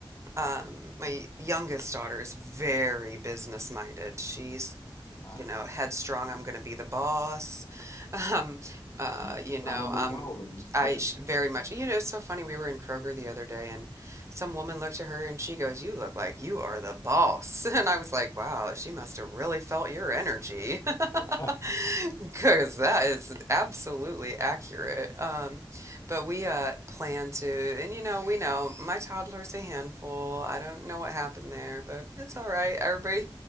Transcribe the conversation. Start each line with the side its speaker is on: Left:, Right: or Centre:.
Right: um, my youngest daughter is very business minded. She's
Left: ah,
Right: you know, headstrong, I'm going to be the boss. <laughs> Um, uh,
Left: you
Right: you know,
Left: probably
Right: I'm
Left: will
Right: I
Left: then.
Right: sh- very much, you know, it's so funny. We were in Kroger the other day and some woman looked at her and she goes, "You look like you are the boss." <laughs> And I was like, "Wow, she must have really felt your energy." <laughs>
Left: <laughs>
Right: Because that is absolutely accurate. Um, but we uh, plan to, and you know, we know my toddler's a handful. I don't know what happened there, but it's all right. Everybody,